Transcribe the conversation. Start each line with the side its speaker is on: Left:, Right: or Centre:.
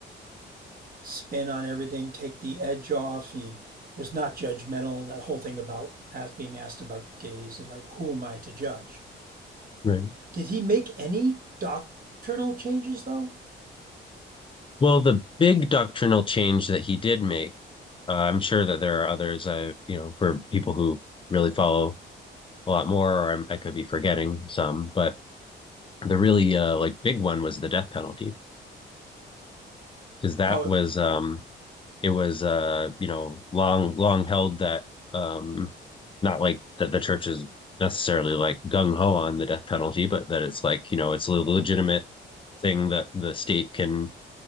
Right: spin on everything, take the edge off. He was not judgmental. That whole thing about ask, being asked about gays and like who am I to judge?
Left: Right.
Right: Did he make any doctrinal changes though?
Left: Well, the big doctrinal change that he did make, uh, I'm sure that there are others, I, you know, for people who really follow a lot more, or I'm, I could be forgetting some, but the really uh, like big one was the death penalty. because that
Right: Oh,
Left: was um it was uh you know long long held that um not like that the church is necessarily like gung ho on the death penalty, but that it's like you know it's a legitimate thing that the state can